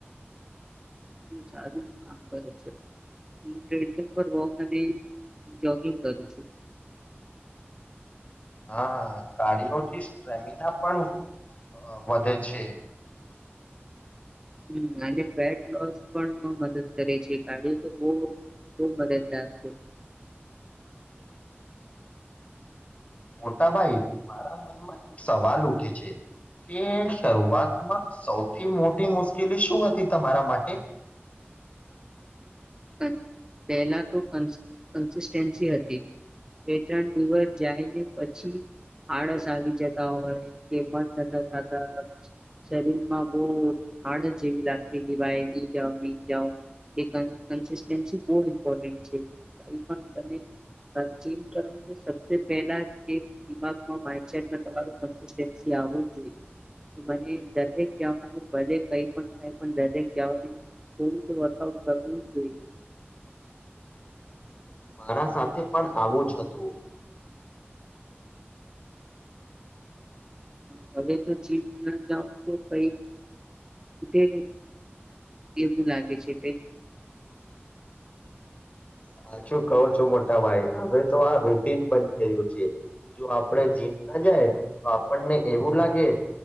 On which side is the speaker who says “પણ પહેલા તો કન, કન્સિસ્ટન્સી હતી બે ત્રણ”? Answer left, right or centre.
Right